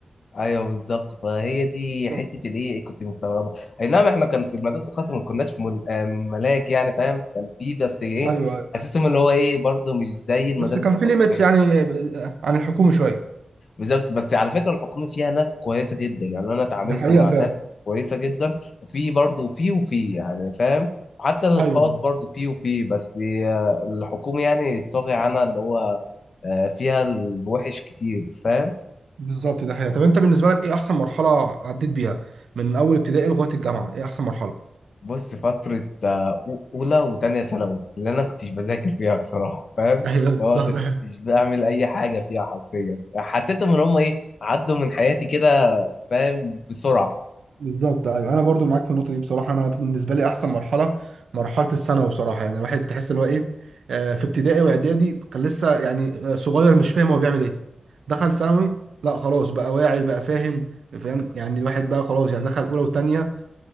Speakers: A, on the left (about 60°); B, on the right (about 85°).
A: ايوه بالظبط فهي دي
B: بالظبط.
A: حته الايه كنت مستغربه اي نعم احنا كان في المدرسه الخاصه ما كناش مل... آه، ملاك يعني فاهم كان في بس ايه
B: ايوه
A: اساسهم اللي هو ايه برضه مش زي
B: بس
A: المدارس
B: كان
A: الحكوميه
B: في ليميتس يعني ب- عن الحكومة شوية
A: بالظبط بس على فكره الحكومي فيها ناس كويسه جدا يعني انا اتعاملت
B: دي حقيقة
A: مع
B: فعلا
A: ناس كويسه جدا وفي برضه في وفي يعني فاهم حتى الخاص
B: ايوه أيوة،
A: برضه في وفي بس آه، الحكومي يعني طاغي عنها اللي هو آه، فيها الوحش كتير فاهم
B: بالظبط ده حقيقة طب انت بالنسبة لك ايه احسن مرحلة عديت بيها من اول ابتدائي لغاية الجامعة ايه احسن مرحلة
A: بص فترة آه، أو- أولى وتانية ثانوي اللي أنا كنتش بذاكر فيها بصراحة فاهم
B: ايوه
A: اللي
B: بالظبط
A: هو كنتش
B: <laughs>
A: بعمل أي حاجة فيها حرفيا حسيتهم إن هم إيه عدوا من حياتي كده فاهم بسرعة
B: بالظبط ايوه انا برضو معاك في النقطه دي بصراحه انا بالنسبه لي احسن مرحله مرحله الثانوي بصراحه يعني الواحد تحس اللي هو ايه آه، في ابتدائي واعدادي كان لسه يعني آه، صغير مش فاهم هو بيعمل ايه دخل ثانوي لا خلاص بقى واعي بقى فاهم فاهم يعني الواحد بقى خلاص يعني دخل اولى وثانيه